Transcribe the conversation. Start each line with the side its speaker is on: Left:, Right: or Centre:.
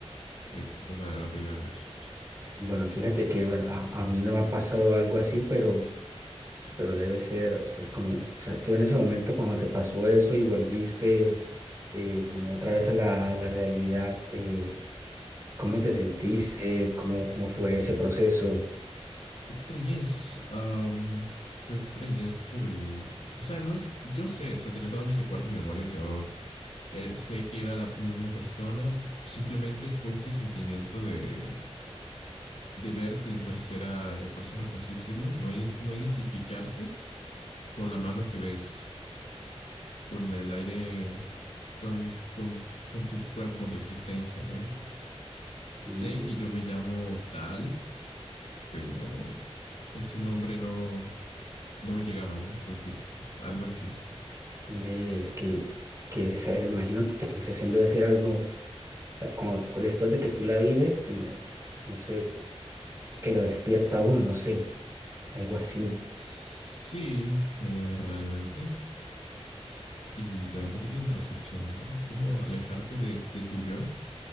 Left: eh, profundo a arriesgado a eso.
Right: bueno, fíjate que, bueno, a, a mí no me ha pasado algo así, pero, pero debe ser, o sea, como, o sea, tú en ese momento cuando te pasó eso y volviste eh, como otra vez a la, a la realidad, eh, ¿cómo te sentiste?
Left: Es,
Right: ¿Cómo, cómo fue ese proceso?
Left: Extrañez, am, fue extrañez por el, o sea, no es, yo sé, o sea, tenía todo mi recuerdo en mi memoria, yo eh, sé que era la misma persona, simplemente fue este sentimiento de, de verte en tercera eh, persona, por así decirlo, no, iden- no identificarte con la mano que ves, con el aire, con, con, con tu cuerpo, con tu existencia, ¿no? Sé
Right: Mm,
Left: que yo me llamo tal, pero ese nombre no, no me llegaba, ¿no? Entonces, es algo así.
Right: ve que, que, o sea, imagino que esa sensación debe ser algo, o sea, cuando- después de que tú la vives, como, no sé, que lo despierta a uno, no sé. Algo así.
Left: Sí, eh, realmente. Y te da un poquito de introspección, ¿no? Es como alejarte de, de tu yo